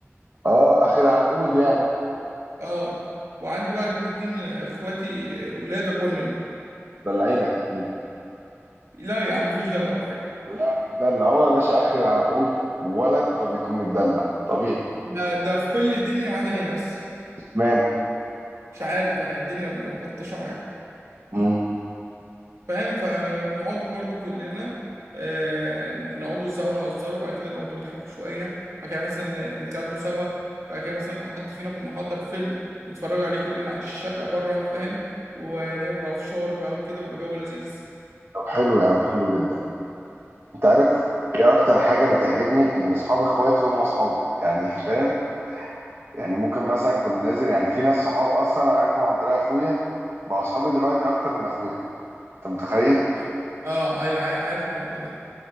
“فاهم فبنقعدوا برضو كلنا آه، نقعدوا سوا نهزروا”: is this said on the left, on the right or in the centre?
Right